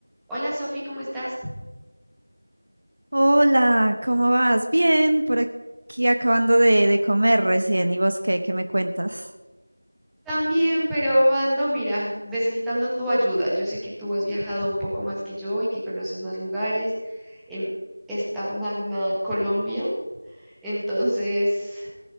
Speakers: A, in the centre; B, on the right.
A: Hola Sofi, ¿cómo estás?
B: Hola, ¿cómo vas? Bien, por aquí acabando de, de comer recién. ¿Y vos qué, qué me cuentas?
A: También, pero ando, mira, necesitando tu ayuda. Yo sé que tú has viajado un poco más que yo y que conoces más lugares en esta magna Colombia. Entonces,